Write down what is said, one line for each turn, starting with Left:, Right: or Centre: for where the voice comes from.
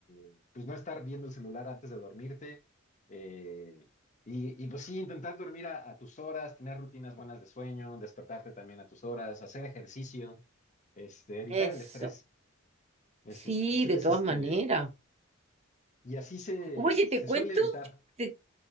Left: o, pues no estar viendo el celular antes de dormirte. eh, y, y, pues sí, intentar dormir a, a tus horas, tener rutinas buenas de sueño, despertarte también a tus horas, hacer ejercicio, este, evitar
Right: Eso.
Left: el estrés. Es-
Right: Sí,
Left: es- sí
Right: de
Left: es
Right: todas
Left: este,
Right: maneras.
Left: y así se,
Right: Oye, te
Left: se
Right: cuento,
Left: suele evitar.
Right: te,